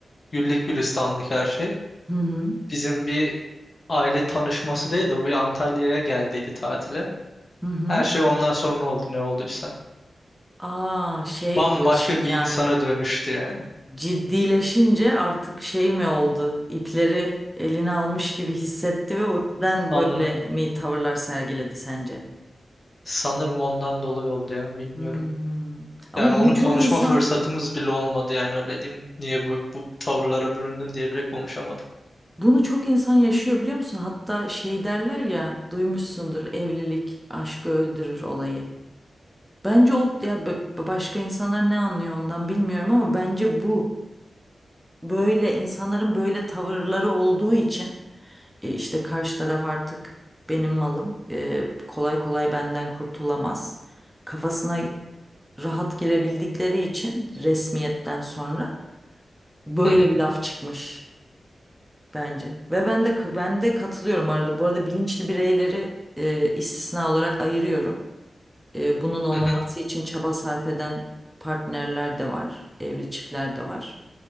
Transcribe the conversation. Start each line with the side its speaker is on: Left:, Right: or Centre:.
Left: Güllük gülistanlık her şey.
Centre: Hı hı.
Left: Bizim bir aile tanışması değil de o bir Antalya'ya geldiydi tatile.
Centre: Hı hı.
Left: Her şey ondan sonra oldu ne olduysa.
Centre: Aa şey
Left: Bambaşka
Centre: diyorsun
Left: bir
Centre: yani.
Left: insana dönüştü yani.
Centre: ciddileşince artık şey mi oldu? İpleri eline almış gibi hissetti ve o yüzden
Left: Sanırım.
Centre: böyle mi tavırlar sergiledi sence?
Left: Sanırım ondan dolayı oldu ya bilmiyorum.
Centre: Hmm. Ama
Left: Yani onu
Centre: bunu çok
Left: konuşma
Centre: insan
Left: fırsatımız bile olmadı yani öyle diyeyim. Niye bu, bu tavırlara büründün diye bile konuşamadık.
Centre: bunu çok insan yaşıyor biliyor musun? Hatta şey derler ya duymuşsundur evlilik aşkı öldürür olayı. Bence o ya b- başka insanlar ne anlıyor ondan bilmiyorum ama bence bu böyle insanların böyle tavırları olduğu için E, işte karşı taraf artık benim malım. E, kolay kolay benden kurtulamaz. Kafasına rahat girebildikleri için resmiyetten sonra böyle
Left: Hı hı,
Centre: bir laf çıkmış bence. Ve ben de ben de katılıyorum arada. Bu arada bilinçli bireyleri e, istisna olarak ayırıyorum. E, bunun olmaması
Left: hı hı.
Centre: için çaba sarf eden partnerler de var, evli çiftler de var.